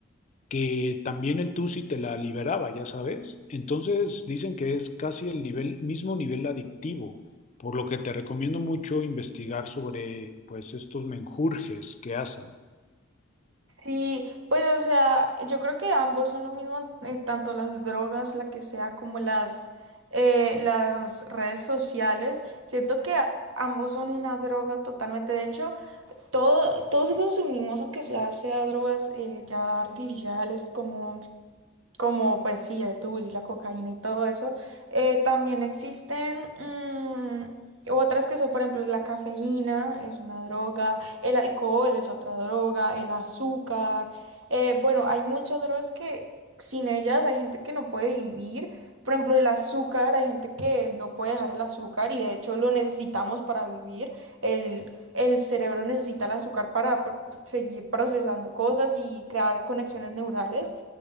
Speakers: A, on the left; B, on the right.
A: que también el TUSI te la liberaba, ya sabes. Entonces dicen que es casi el nivel, mismo nivel adictivo, por lo que te recomiendo mucho investigar sobre pues estos menjurjes que hacen.
B: Sí, pues o sea, yo creo que ambos son lo mismo, eh, tanto las drogas, la que sea, como las, eh, las redes sociales. Siento que a- ambos son una droga totalmente. De hecho, todo, todos consumimos, aunque sea, sea drogas eh, ya artificiales, como como pues sí, el tubo y la cocaína y todo eso. Eh, también existen mm, otras que son, por ejemplo, la cafeína es una droga, el alcohol es otra droga, el azúcar. Eh, bueno, hay muchas drogas que sin ellas hay gente que no puede vivir. Por ejemplo, el azúcar, hay gente que no puede dejar el azúcar y de hecho lo necesitamos para vivir. El, el cerebro necesita el azúcar para pr- seguir procesando cosas y crear conexiones neurales.